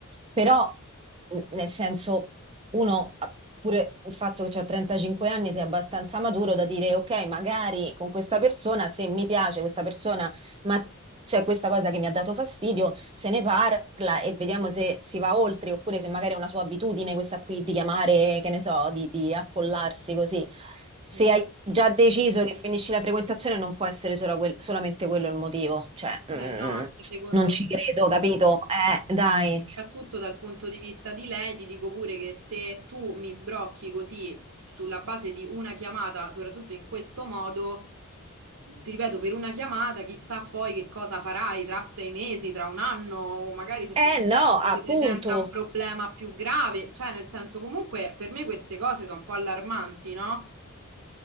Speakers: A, on the right (about 25°); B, on the right (about 75°).
A: Però,
B: Mhm,
A: n- nel senso, uno, ha- pure il fatto che ha 35 anni, sia abbastanza maturo da dire, ok, magari con questa persona, se mi piace questa persona ma c'è questa cosa che mi ha dato fastidio, se ne parla e vediamo se si va oltre oppure se magari è una sua abitudine questa qui di chiamare, che ne so, di, di accollarsi così. Se
B: mhm.
A: hai già deciso che finisci la frequentazione non può essere solo quel- solamente quello il motivo, cioè mm,
B: Eh no, anche secondo
A: non ci
B: me.
A: credo, capito? Eh, dai.
B: Soprattutto dal punto di vista di lei, ti dico pure che se tu mi sbrocchi così sulla base di una chiamata, soprattutto in questo modo, ti ripeto, per una chiamata, chissà poi che cosa farai tra sei mesi, tra un anno, o magari semplicemente
A: Eh no,
B: si
A: appunto.
B: presenta un problema più grave. Cioè, nel senso, comunque, per me queste cose sono un po' allarmanti, no?